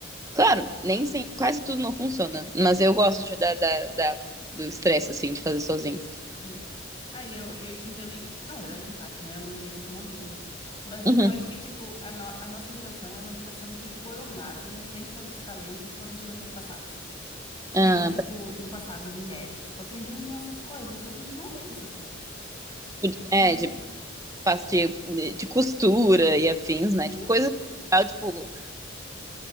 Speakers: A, on the right; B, on the left.
A: Claro, nem sem- quase tudo não funciona, mas eu gosto de, dar da, da- do estresse, assim, de fazer sozinho.
B: Uhum. Aí eu, eu te entendo, em- na verdade, em parte, né? Eu não iria fazer uma mesa. Mas é
A: Uhum.
B: que eu acho que, tipo, a, no- a nossa geração é uma geração que, por um lado, não tem tantos talentos quanto as gerações passadas. Que
A: Ah,
B: nem, tipo, no passado as mulheres, tipo, aprendiam imensas coisas. A gente não aprende essas coisas.
A: tipo, de-
B: Hum,
A: é, de, faço de, de costura e afins, né?
B: isso!
A: Tipo, coisa legal, tipo,